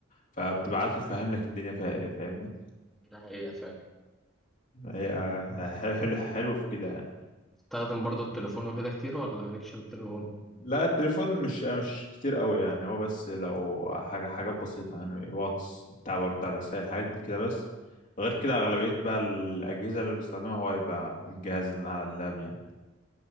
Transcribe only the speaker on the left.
فبتبعته يفهم لك الدنيا فيها ايه فاهمني
هي ح- حلو حلو في كده يعني
لا التليفون مش مش كتير قوي يعني هو بس لو حاجة حاجات بسيطة يعني واتس بتاع برد على الرسائل حاجات من كده بس غير كده أغلبية بقى الأجهزة اللي بستخدمها هو يبقى الجهاز اللي أنا على اللاب يعني